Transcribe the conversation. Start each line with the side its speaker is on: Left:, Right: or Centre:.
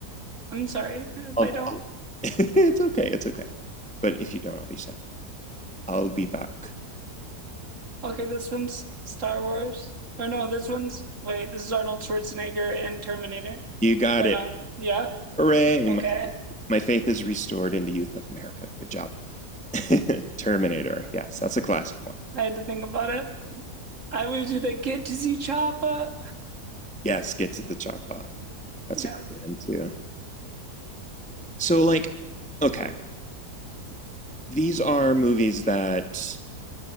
Right: I'm sorry if
Centre: I'll,
Right: I don't.
Centre: I'll- <laughs> it's okay. It's okay. But if you don't, I'll be sad. I'll be back.
Right: Okay, this one's Star Wars. Or no, this one's wait, this is Arnold Schwarzenegger and Terminator.
Centre: You got
Right: Or
Centre: it.
Right: no. Yeah.
Centre: Hooray.
Right: Okay.
Centre: My, my faith is restored in the youth of America. Good job. <laughs> Terminator. Yes, that's a classic one.
Right: I had to think about it. I wish just like, get to see Choppa.
Centre: Yes, get to the choppa. That's
Right: Yeah.
Centre: a good one too. So, like, okay, these are movies that